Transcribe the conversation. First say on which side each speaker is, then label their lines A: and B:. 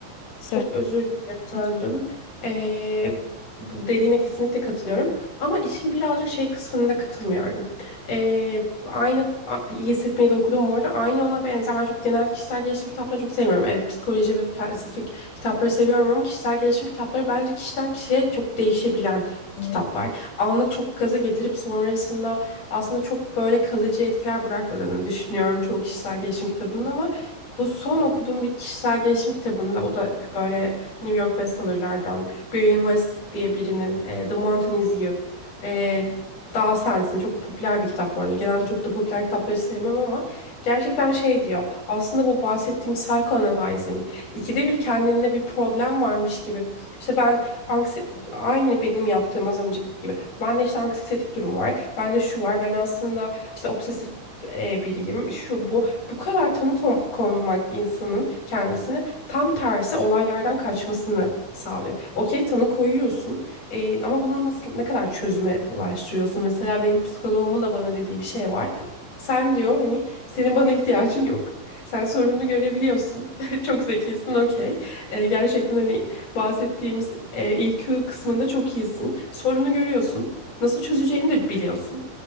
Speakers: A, on the left (about 85°); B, on the left (about 35°).
A: Söyle.
B: Çok özür dilerim böldüm.
A: Hiç
B: Ee, bu dediğine kesinlikle katılıyorum. Ama işin birazcık şey kısmında katılmıyorum. Ee, aynı a- iyi hissetmeyi de okudum bu arada. Aynı ona benzer. Ben çok genelde kişisel gelişim kitaplarını çok sevmiyorum. Evet psikoloji ve felsefik kitapları seviyorum ama kişisel gelişim kitapları bence kişiden kişiye çok değişebilen
A: kesinlikle.
B: kitaplar. Anlık çok gaza getirip sonrasında aslında çok böyle kalıcı etkiler bırakmadığını düşünüyorum çoğu kişisel gelişim kitabının ama bu son okuduğum bir kişisel gelişim kitabında o da böyle New York bestsellerlardan Brian West diye birinin e, The Mountain Is You e, Dağ Sensin çok popüler bir kitap bu arada. Genelde çok da popüler kitapları sevmem ama gerçekten şey diyor. Aslında bu bahsettiğim psychoanalyzing. İkide bir kendinde bir problem varmış gibi. İşte ben anksi aynı benim yaptığım az önceki gibi. Bende işte anksiyetik durum var. Bende şu var. Ben aslında işte obsesif e, biriyim. Şu bu. Bu kadar tanı to- konmak insanın kendisine tam tersi olaylardan kaçmasını sağlıyor. Okey tanı koyuyorsun e, ama bunu nasıl ne kadar çözüme ulaştırıyorsun? Mesela benim psikoloğumun da bana dediği bir şey var. Sen diyor hani senin bana ihtiyacın yok. Sen sorununu görebiliyorsun. <laughs> Çok zekisin okey. E, gerçekten hani bahsettiğimiz e, IQ kısmında çok iyisin. Sorunu görüyorsun. Nasıl çözeceğini de biliyorsun.